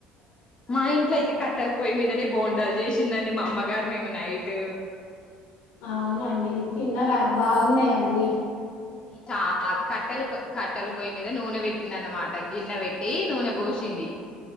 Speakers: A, on the left (about 30°); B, on the left (about 80°).
A: మా ఇంట్ల అయితే కట్టెల్ పోయ్యి మీదనే బోండాలు చేసిందండి మా అమ్మ గారు నిన్న నైట్
B: అవునా అండి తిన్నర బాగున్నవా అండి
A: చాలా కట్టెల పొయి కట్టెల పొయ్యి మీద నూనె వె నన్న మాట గిన్నె పెట్టి నూనె బోసింది